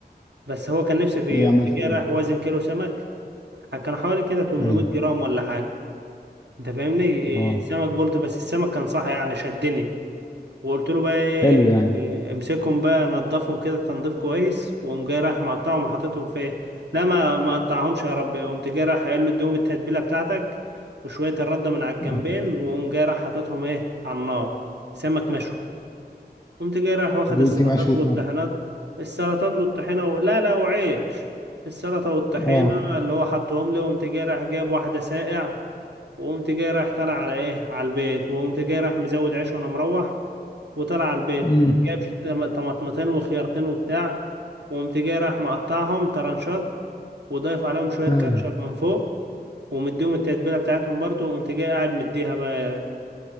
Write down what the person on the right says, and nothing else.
بس هو كان نفسي فيه
قمت
جاي
رايح وازن كيلو سمك كان حوالي كده 800
جرام ولا حاجه انت فاهمني إيه،
سمك بولت بس السمك كان صح يعني شدني وقلت له بقى ايه
إيه، امسكهم بقى نضفهم كده تنظيف كويس وقوم جاي رايح مقطعهم وحاططهم في إيه؟ لا ما ما قطعهمش يا رب قمت جاي رايح قايل له اديهم التتبيله بتاعتك وشويه الرده من على الجنبين
وقوم جاي رايح حاططهم ايه على النار سمك مشوي قمت جاي رايح واخد
السلطات
والطحينات
السلطات والطحينه و... لا لا وعيش السلطه والطحينه
اللي هو حطهم لي وقمت جاي رايح جايب واحده ساقع وقمت جاي رايح طالع على ايه على البيت وقمت جاي رايح مزود عيش وانا مروح وطلع على البيت
جاب طم- طماطمتين وخيارتين وبتاع وقمت جاي راح مقطعهم طرنشات وضايف عليهم شوية
كاتشب من فوق ومديهم التتبيلة بتاعتهم برضو وقمت جاي قاعد مديها بقى